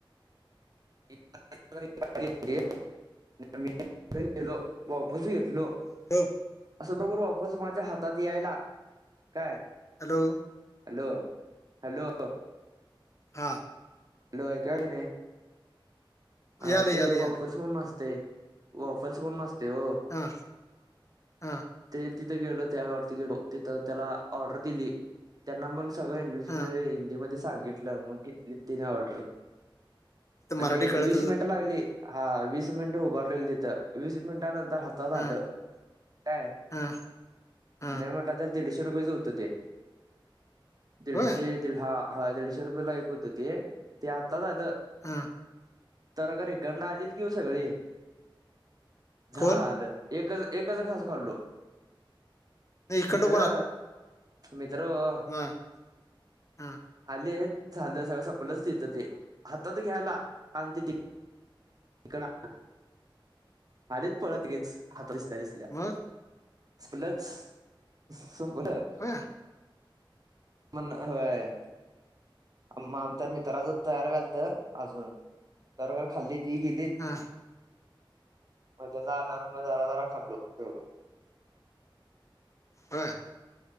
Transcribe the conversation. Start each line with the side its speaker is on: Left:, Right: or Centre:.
Right: <unintelligible> <unintelligible> गेलो वाफल्स घेतलो.
Left: <unintelligible>
Right: असं बरोबर वाफल्स माझ्या हातात यायला काय.
Left: हॅलो.
Right: Hello hello.
Left: हां.
Right: हॅलो <unintelligible> ह
Left: यालं
Right: ते
Left: यालं यालं
Right: वॉफल्स म्हणून असतंय, वॉफल्स म्हणून असतंय ओ.
Left: हां.
Right: ते तितं गेलो त्यावरती गेलो, तितं त्याला ऑर्डर दिली त्यांना मन सगळं इंग्लिशमध्ये
Left: हा
Right: हिंदीमध्ये सांगितलं, मग घेतलीत तिन्ही ऑर्डर.
Left: मराठी
Right: आणि
Left: कळत
Right: वीस मिनिटं लागली हां, वीस मिनिटं उभारलेलो तिथं वीस मिनिटानंतर हात हातात
Left: हा
Right: आलं. काय?
Left: हा हा
Right: नाही म्हटला तर दीडशे रुपयचं होतं ते दीडशे.
Left: होय
Right: हा हा. दीडशे रुपयेला एक होतं, ते आत्ता झालं.
Left: हा.
Right: <unintelligible> आलेत की हो सगळे झालं.
Left: कोण
Right: एकच एकच खास खाल्लो
Left: नाही इकडं
Right: मित्र. मित्र ओ.
Left: आ आ.
Right: आलीत झालं सगळं संपलच. तिथं ते हातात घ्यायला आणि ति इकडंन <unintelligible> आलीत पळत लगेच, हात दिसल्या दिसल्या.
Left: मग
Right: <unintelligible> संपलं.
Left: हा.
Right: म्हण होय. म आमच्या मित्राचं तयार व्यालत अजून, तर खाल्लीत ती गेलीत.
Left: हां.
Right: मग तेज आल्यावर मग, जरा जरा खाल्लो दोघं.
Left: होय.